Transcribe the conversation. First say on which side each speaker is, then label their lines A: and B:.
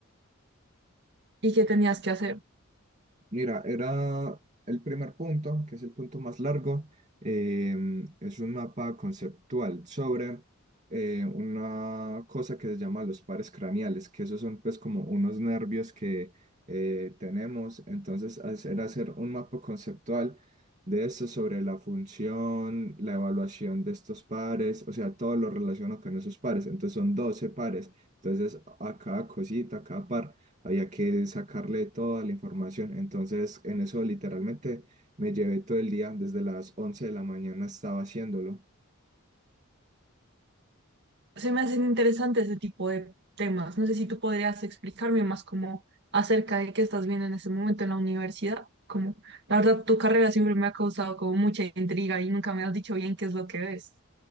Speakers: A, on the right; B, on the right.
A: ¿Y qué tenías que hacer?
B: Mira, era el primer punto, que es el punto más largo. eh, es un mapa conceptual sobre eh, una cosa que se llama los pares craneales, que esos son pues como unos nervios que eh, tenemos. Entonces, as- era hacer un mapa conceptual de esto sobre la función, la evaluación de estos pares, o sea, todo lo relacionado con esos pares. Entonces, son 12 pares. Entonces, a cada cosita, a cada par había que sacarle toda la información. Entonces, en eso literalmente me llevé todo el día, desde las 11 de la mañana estaba haciéndolo.
A: se me hacen interesantes ese tipo de temas. No sé si tú podrías explicarme más como acerca de qué estás viendo en ese momento en la universidad. Como, la verdad, tu carrera siempre me ha causado como mucha intriga y nunca me has dicho bien qué es lo que ves.